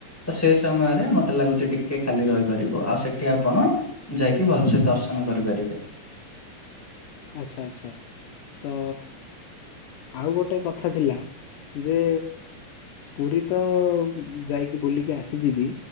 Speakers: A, in the centre; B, on the left (about 75°).
A: ତ ସେ ସମୟରେ ମତେ ଲାଗୁଛି ଟିକେ ଖାଲି ରହି ପାରିବ ଆଉ ସେଠି ଆପଣ ଯାଇକି ଭଲସେ ଦର୍ଶନ କରିପାରିବେ।
B: ଆଚ୍ଛା ଆଚ୍ଛା, ତ ଆଉ ଗୋଟେ କଥା ଥିଲା ଯେ ପୁରୀ ତ ଯାଇକି ବୁଲିକି ଆସିଯିବି